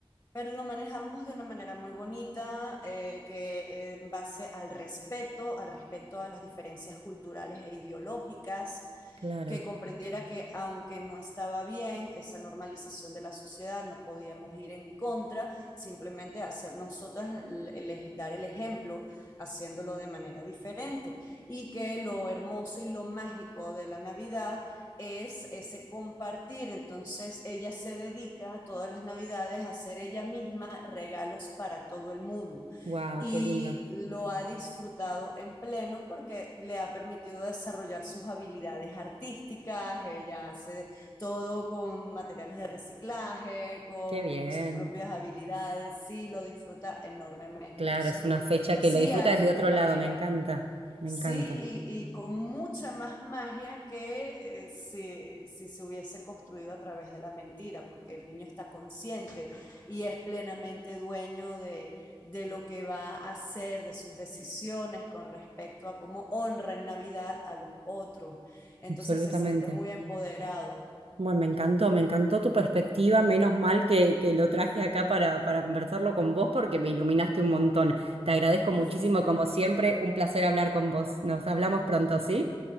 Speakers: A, on the left; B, on the right.
A: pero lo manejamos de una manera muy bonita, eh, que eh, en base al respeto, al respeto a las diferencias culturales e ideológicas,
B: Claro.
A: que comprendiera que aunque no estaba bien esa normalización de la sociedad, no podíamos ir en contra, simplemente hacer nosotras, el- el- dar el ejemplo haciéndolo de manera diferente y que lo hermoso y lo mágico de la Navidad es ese compartir. Entonces ella se dedica todas las navidades a hacer ella misma regalos para todo el mundo
B: Wow,
A: y
B: qué lindo.
A: lo ha disfrutado en pleno porque le ha permitido desarrollar sus habilidades artísticas. Ella hace todo con materiales de reciclaje, con
B: Qué bien.
A: sus propias habilidades, sí, lo disfruta enormemente.
B: Claro,
A: Entonces
B: es
A: digo,
B: una fecha que
A: sí
B: lo disfruta
A: hay
B: desde
A: una
B: otro
A: manera
B: lado. Me encanta. Me
A: Sí,
B: encanta.
A: y, y con mucha más magia que eh, si, si se hubiese construido a través de la mentira, porque el niño está consciente y es plenamente dueño de, de lo que va a hacer, de sus decisiones con respecto a cómo honra en Navidad a los otros. Entonces
B: Absolutamente.
A: se siente muy empoderado.
B: Bueno, me encantó, me encantó tu perspectiva. Menos mal que, que lo traje acá para, para conversarlo con vos porque me iluminaste un montón. Te agradezco
A: <laughs>
B: muchísimo,
A: Sí,
B: como siempre. Un placer hablar con vos. Nos hablamos pronto, ¿sí?